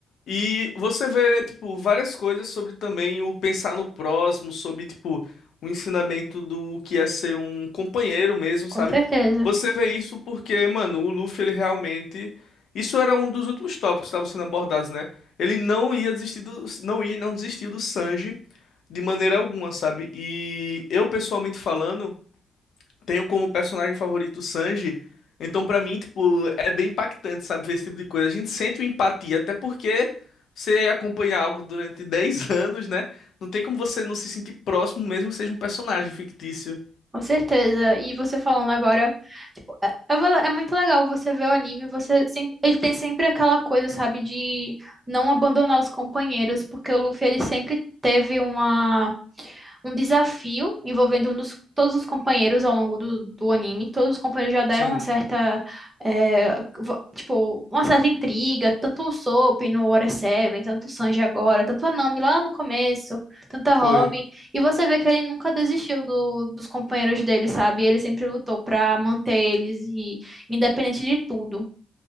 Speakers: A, on the left; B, on the right.
A: E você vê, tipo, várias coisas sobre também o pensar no próximo, sobre, tipo, o ensinamento do que é ser um companheiro mesmo,
B: Com
A: sabe?
B: certeza.
A: Você vê isso porque, mano, o Luffy, ele realmente. Isso era um dos últimos tópicos que estavam sendo abordados, né? Ele não ia desistir do. Não ia e não desistir do Sanji de maneira alguma, sabe? E eu, pessoalmente falando. Tenho como personagem favorito o Sanji. Então, pra mim, tipo, é bem impactante, sabe, ver esse tipo de coisa. A gente sente uma empatia, até porque você acompanha algo durante 10 <laughs> anos, né? Não tem como você não se sentir próximo, mesmo que seja um personagem fictício.
B: Com certeza. E você falando agora, tipo, é, é vala- é muito legal você ver o anime, você sempre, ele tem sempre aquela coisa, sabe, de não abandonar os companheiros, porque o Luffy ele sempre teve uma um desafio envolvendo um dos- todos os companheiros ao longo do, do anime. Todos os companheiros já deram
A: Sim,
B: uma certa, é, vo- tipo, uma certa intriga, tanto o Soap no Water Seven, tanto o Sanji agora, tanto a Nami lá no começo, tanto a
A: foi.
B: Robin. E você vê que ele nunca desistiu do- dos companheiros dele, sabe? Ele sempre lutou pra manter eles e independente de tudo.